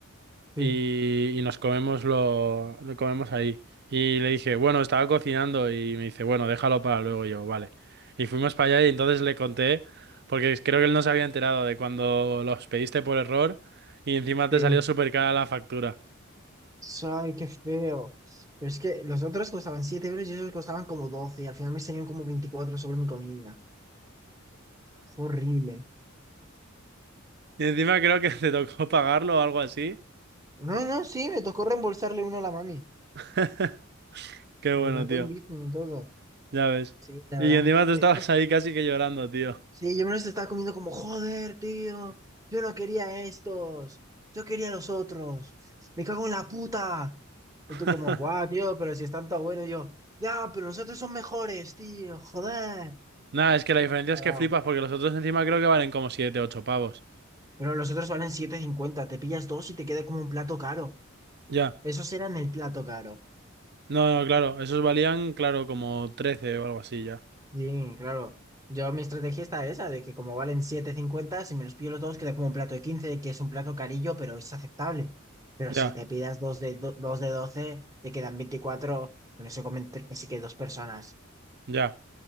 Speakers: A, on the right (about 15°); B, on the right (about 55°).
A: sí,
B: y, y nos comemos lo, lo comemos ahí. Y le dije, bueno, estaba cocinando y me dice, bueno, déjalo para luego Y yo, vale. Y fuimos para allá y entonces le conté, porque creo que él no se había enterado de cuando los pediste por error y encima
A: sí.
B: te salió súper cara la factura.
A: Ay, qué feo. Pero es que los otros costaban 7 euros y esos costaban como 12 y al final me salieron como 24 solo mi comida. Fue horrible.
B: Y encima creo que <laughs> te tocó pagarlo o algo así.
A: No, no, sí, me tocó reembolsarle uno a la mami.
B: <laughs> Qué
A: Le
B: bueno,
A: mandé
B: tío.
A: un Bitcoin y todo.
B: Ya ves.
A: Sí, la
B: Y
A: verdad.
B: encima tú
A: Eh,
B: estabas ahí casi que llorando, tío.
A: sí, yo me los estaba comiendo como, joder, tío. Yo no quería estos. Yo quería los otros. Me cago en la puta. Y
B: <laughs>
A: tú como, guau, tío, pero si están tan buenos. Y yo, ya, pero los otros son mejores, tío. Joder.
B: Nada, es que la
A: Ahí
B: diferencia
A: te ha pagado.
B: es que flipas porque los otros encima creo que valen como 7 8 pavos.
A: Pero los otros valen siete cincuenta Te pillas dos y te queda como un plato caro.
B: Ya.
A: Esos eran el plato caro.
B: No, no, claro, esos valían, claro, como 13 o algo así ya.
A: Sí, claro. Yo mi estrategia está esa, de que como valen siete cincuenta si me los pillo los dos, queda como un plato de 15 que es un plato carillo, pero es aceptable. Pero
B: Ya,
A: si te pidas dos de, do- dos de 12 te quedan veinticuatro con eso comen tre- así que dos personas.
B: ya.